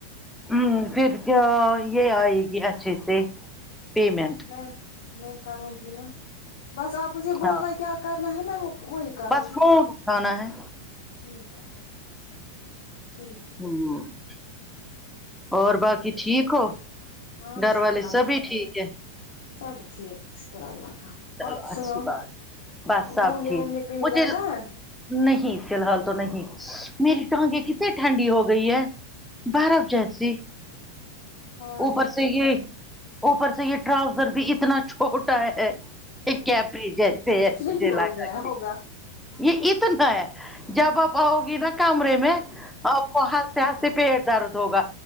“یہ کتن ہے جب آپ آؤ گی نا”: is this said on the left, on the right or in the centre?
Centre